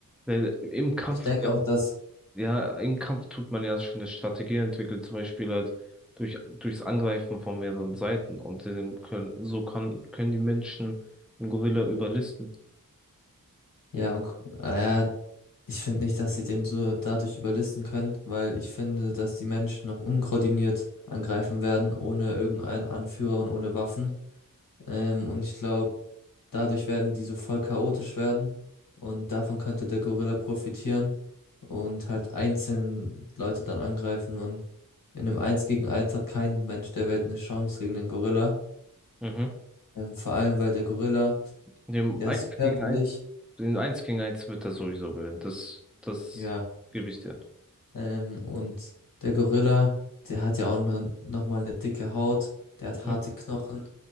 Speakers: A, in the centre; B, on the left.
A: weil im Kampf,
B: Und ich denke
A: ähm,
B: auch, dass,
A: ja, im Kampf tut man ja schon eine Strategie entwickeln, zum Beispiel halt durch, durchs Angreifen von mehreren Seiten und dem können, so kann, können die Menschen einen Gorilla überlisten.
B: ja, und, äh, ich finde nicht, dass sie den so dadurch überlisten können, weil ich finde, dass die Menschen noch unkoordiniert angreifen werden, ohne irgendeinen Anführer und ohne Waffen. Ähm, und ich glaube, dadurch werden die so voll chaotisch werden und davon könnte der Gorilla profitieren und halt einzeln Leute dann angreifen und in einem Eins gegen Eins hat kein Mensch der Welt eine Chance gegen den Gorilla.
A: Mhm.
B: Ähm, vor allem, weil der Gorilla,
A: Dem
B: der
A: eins
B: ist körperlich,
A: gegen eins den eins gegen eins wird er sowieso gewinnen. Das, das
B: ja,
A: gebe ich dir.
B: ähm, und der Gorilla, der hat ja auch noch, noch mal eine dicke Haut, der hat
A: Mhm.
B: harte Knochen,